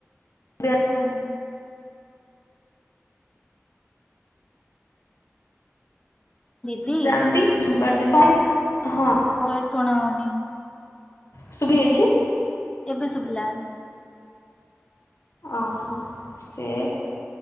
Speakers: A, on the left; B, on the left.
A: ରବିବାର
B: ଅ ହଁ। ଦିଦି
A: ଜାଣନ୍ତି ସୋମବାର ଦିନ ହଁ
B: ଘରେ ଶୁଣାଅନି।
A: <unintelligible> ଅଛି
B: ଏବେ ଶୁଭିଲା।
A: ଓହୋ ସେ